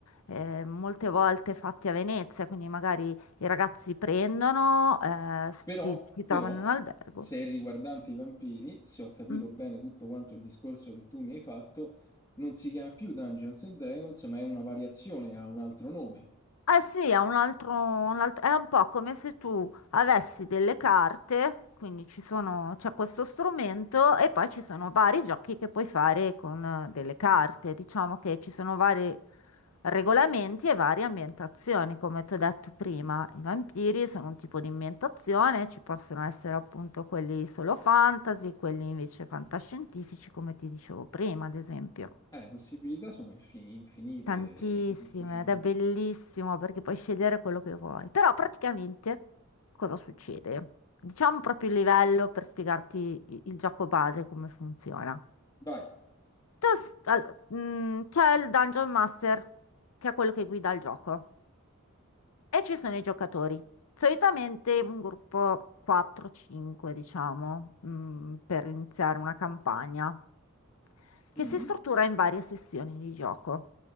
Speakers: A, on the left (about 80°); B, on the left (about 15°).
A: eh, molte volte fatti a Venezia, quindi magari i ragazzi prendono, eh, si,
B: Però,
A: si
B: però,
A: trovano in un albergo.
B: se è riguardante i vampiri, se ho capito
A: Mm.
B: bene tutto quanto il discorso che tu mi hai fatto, non si chiama più Dungeons and Dragons, ma è una variazione, ha un altro nome.
A: Eh sì, è un altro, un alt- è un po' come se tu avessi delle carte, quindi ci sono, c'è questo strumento e poi ci sono vari giochi che puoi fare con eh, delle carte. Diciamo che ci sono vari regolamenti e varie ambientazioni, come ti ho detto prima. I vampiri sono un tipo di ambientazione, ci possono essere appunto quelli solo fantasy, quelli invece fantascientifici, come ti dicevo prima, ad esempio.
B: Eh, le possibilità sono infin- infinite
A: Tantissime,
B: così facendo.
A: ed è bellissimo perché puoi scegliere quello che vuoi. Però praticamente cosa succede? Diciamo proprio il livello per spiegarti i- il gioco base, come funziona.
B: Vai.
A: Tu s- all- mm, C'è il Dungeon Master, che è quello che guida il gioco. E ci sono i giocatori. Solitamente un gruppo 4-5, diciamo, mm, per iniziare una campagna, che
B: Mm.
A: si struttura in varie sessioni di gioco.